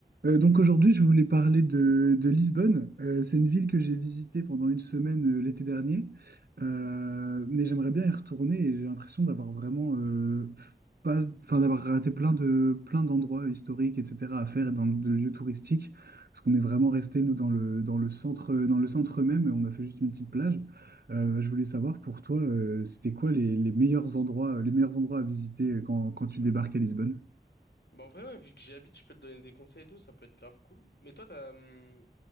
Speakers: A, on the right (about 70°); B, on the left (about 80°).
A: Euh, donc aujourd'hui, je voulais parler de, de Lisbonne. Euh, c'est une ville que j'ai visitée pendant une semaine euh, l'été dernier, Euh, mais j'aimerais bien y retourner et j'ai l'impression d'avoir vraiment euh, pas, enfin d'avoir raté plein de plein d'endroits historiques, etc. à faire et dans de lieux touristiques, parce qu'on est vraiment resté nous dans le dans le centre dans le centre même et on a fait juste une petite plage. Euh, je voulais savoir pour toi, euh, c'était quoi les, les meilleurs endroits les meilleurs endroits à visiter euh, quand, quand tu débarques à Lisbonne?
B: Bon, en vrai, ouais, vu que j'y habite, je peux te donner des conseils et tout, ça peut être grave cool. Mais toi, t'as, hum,